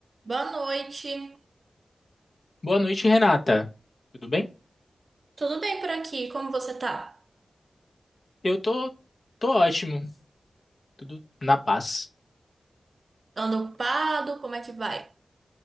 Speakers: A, on the right; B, on the left.
A: Boa noite.
B: Boa noite, Renata. Tudo bem?
A: Tudo bem por aqui? Como você tá?
B: Eu tô, tô ótimo, tudo na paz.
A: Anda ocupado? Como é que vai?